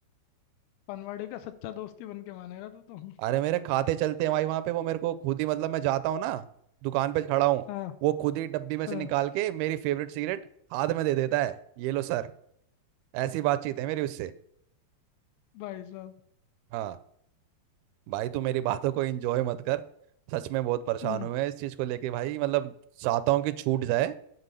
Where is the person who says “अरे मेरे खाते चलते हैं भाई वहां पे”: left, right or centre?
Right